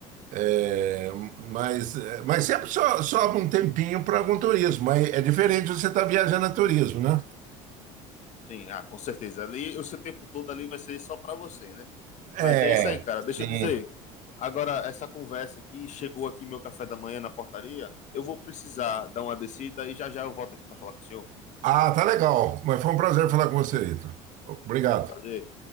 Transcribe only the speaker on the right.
É, mas, mas sempre so- sobra um tempinho para algum turismo. Mas é diferente você estar viajando a turismo, né?
É,
é,
sim.
Ah, tá legal. Mas foi um prazer falar com você, Ito. Obrigado.